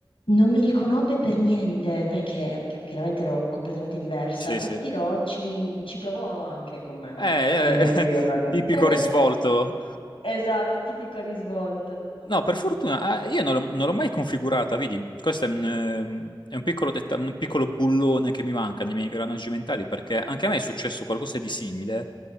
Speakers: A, on the left; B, on the left.
A: non mi riconobbe per niente perché ch- chiaramente ero completamente diversa
B: sì,
A: e
B: sì.
A: ti dirò, ci, ci provò anche con me.
B: Eh,
A: Ovviamente
B: eh,
A: io
B: <laughs>
A: non...
B: tipico
A: <laughs>
B: risvolto
A: Esatto, tipico risvolto.
B: No, per fortuna, ah, io non l'ho non l'ho mai configurata, vedi, questo è un, ehm, è un piccolo, detta- un piccolo bullone che mi manca nei miei ingranaggi mentali, perché anche a me è successo qualcosa di simile,